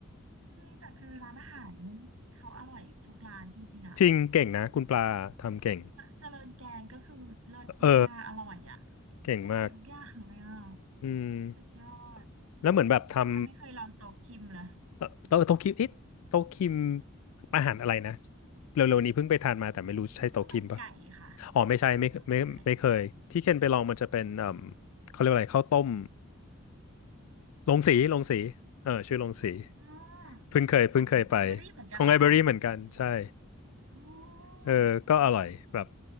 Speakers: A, on the right (about 75°); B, on the left (about 85°).
A: จริงแต่คือร้านอาหารเขาอร่อยทุกร้านจริงๆอ่ะ
B: จริงเก่งนะคุณปลาทำเก่ง
A: เจริญแกงก็คือเลิศมากๆอร่อยอ่ะ
B: เออเก่งมาก
A: อร่อยทุกอย่างเลยอ่ะ
B: อืม
A: สุดยอด
B: แล้วเหมือนแบบทำ
A: อ้นยังไม่เคยลองโต๊ะคิมเลย
B: เอ่อโต๊ะโต๊ะคิมเอ๊ะโต๊ะคิมอาหารอะไรนะเร็วๆนี้เพิ่งไปทานมาแต่ไม่รู้ใช่โต๊ะคิมปะ
A: ข้าวมันไก่ค่ะ
B: อ๋อไม่ใช่ไม่ไม่ไม่เคยที่เคนไปลองมันจะเป็นเอ่อ
A: ข้าวมันไก่
B: เขาเรียกว่าอะไรข้าวต้มลงสีลงสีเออชื่อลงสี
A: อ๋อ
B: เพิ่งเคยเพิ่งเคยไป
A: ของไอเบอรี่เหมือนกันเหรอคะ
B: ของไลบรารีเหมือนกันใช่
A: อ๋อ
B: เออก็อร่อยแบบ